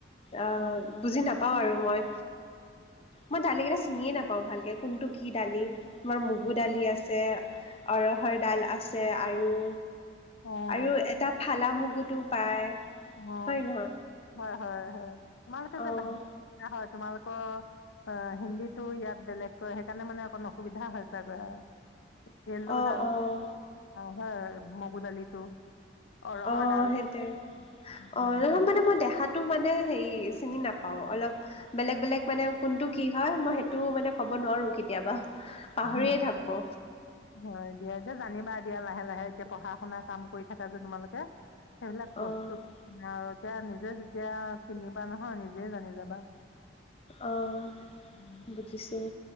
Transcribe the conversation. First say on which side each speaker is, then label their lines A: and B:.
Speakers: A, on the left (about 30°); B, on the left (about 80°).
A: আহ
B: অঁ
A: বুজি নাপাওঁ আৰু মই মই দালিকেইটা চিনিয়ে নাপাওঁ ভালকে কোনটো কি দালি তোমাৰ মগু দালি আছে ৰহৰ ডাল আছে আৰু
B: অঁ
A: আৰু এটা ফালা মুগুতো পায়
B: অ
A: হয় নহয়
B: হয় হয় হয় তোমালোকে যে
A: অ'
B: বাহিৰ হয় তোমালোকৰ অ হিন্দীটো ইয়াত বেলেগ কয় সেইকাৰণে মানে অকণ অসুবিধা হয় ছাগৈ ইয়েল'
A: অ'
B: ডাল
A: অ'
B: হয় মগু দালিটো অৰহৰ
A: অ
B: ডাল
A: সেইটোৱে
B: উম,
A: অ লও মানে মই দেখাত কোনটো মানে হেৰি চিনি নাপাও অলপ বেলেগ বেলেগ মানে কোনটো কি হয় মই সেইটো মানে ক'ব নোৱাৰো কেতিয়াবা পাহৰিয়ে
B: অ
A: থাকো
B: হয় দিয়া যে জানিবা দিয়া লাহে লাহে এতিয়া পঢ়া শুনা কাম কৰি থাকা যে তোমালোকে সেইবিলাক
A: অ'
B: বস্তু আৰু এতিয়া নিজে যেতিয়া কিনিবা নহয় নিজে জানি যাবা
A: অঁ
B: উম,
A: বুজিছোঁ